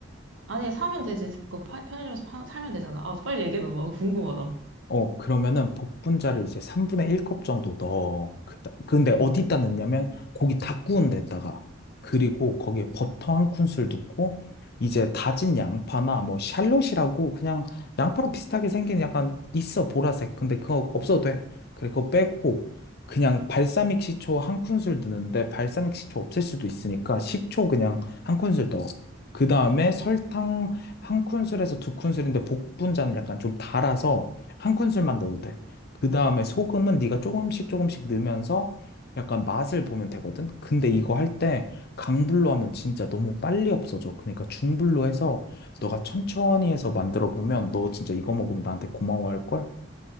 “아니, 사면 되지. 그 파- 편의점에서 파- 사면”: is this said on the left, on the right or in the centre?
Right